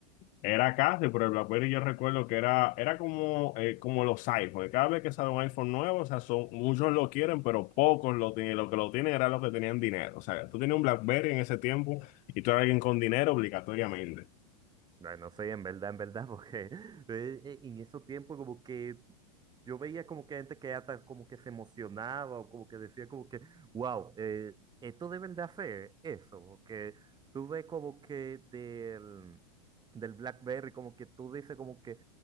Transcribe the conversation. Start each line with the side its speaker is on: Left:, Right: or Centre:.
Left: Era casi, pero el BlackBerry yo recuerdo que era, era como, eh, como los iPhones. Cada vez que sale un iPhone nuevo, o sea, son, muchos lo quieren, pero pocos lo tienen. Lo que lo tienen era los que tenían dinero. O sea, tú tenías un BlackBerry en ese tiempo y tú eras alguien con dinero obligatoriamente.
Right: Bueno, no sé, en verdad, en verdad, porque <laughs> eh, eh, en esos tiempos como que yo veía como que gente que hasta como que se emocionaba o como que decía como que, wow, eh, esto deben de hacer eso, porque tú ves como que del, del BlackBerry, como que tú dices como que,